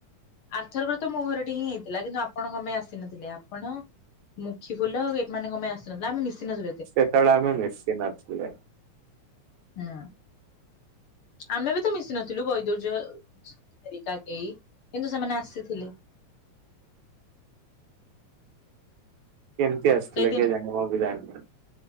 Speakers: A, on the left (about 55°); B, on the right (about 75°).
A: ଆରଥର କର ତ ମୋ ଘରଟି ହିଁ ହେଇଥିଲା କିନ୍ତୁ ଆପଣ କମ ପାଇଁ ଆସିନଥିଲେ ଆପଣ ମୁଖି ଫୁଲ ଏ ମାନେ କଣ ପାଇଁ ଆସିନଥିଲା ଆମେ ମିଶିିନ
B: ସେତେବେଳେ ଆମେ ମିଶି ନଥିଲେ।
A: ନା। ଆମେ ବି ତ ମିଶି ନଥିଲୁ ବୈଦୁର୍ଯ୍ୟ ହେରିକା କେହି କିନ୍ତୁ ସେମାନେ ଆସିଥିଲେ।
B: କେମିତି ଆସିଥିଲେ
A: ସେଇଦିନ
B: କେ ଜାଣିବ ବି ଜାଣିନ।